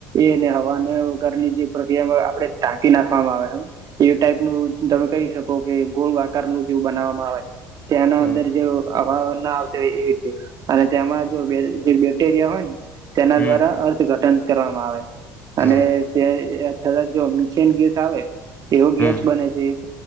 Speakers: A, on the right; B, on the left.
A: એ અને હવા <unintelligible> ની જે પ્રક્રિયામાં આપડે ટાંકી નાખવામાં આવે એ ટાઈપ નું તમે કહી શકો કે ગોળ આકાર નુ જેવું બનાવવામાં આવે તેના
B: હમ
A: અંદર જે અ હવા આવતો હોય એવી રીતે અને તેમાં જો જે બેક્ટેરિયા હોય ને તેના
B: હમ
A: દ્વારા ઘટન કરવામાં આવે અને
B: હમ
A: ત થ જો મીથેન ગેસ આવે તેવો ગેસ
B: હમ
A: બને છે એક